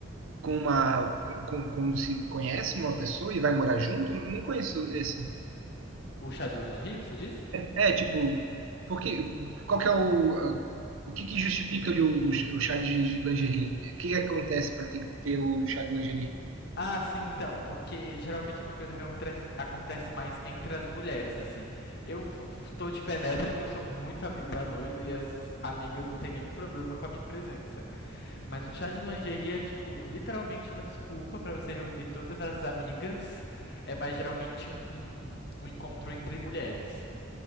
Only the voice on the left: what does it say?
O chá de lingerie, você disse?
Ah, sim, então, porque geralmente é uma coisa que acontece, acontece mais entre as mulheres, assim. Eu f- f- tô de penetra porque eu sou muito amigo da noiva e as amigas não têm nenhum problema com a minha presença. Mas um chá de lingerie é, tipo, literalmente uma desculpa pra você reunir todas as amigas. É mais geralmente um, um encontro entre mulheres.